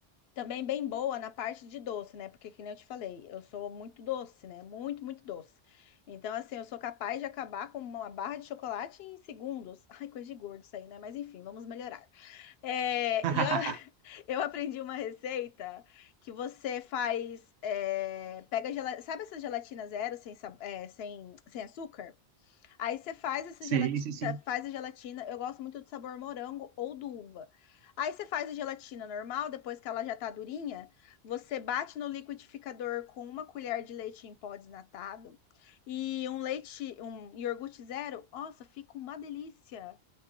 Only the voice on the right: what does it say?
<laughs>
Sim,
sim, sim.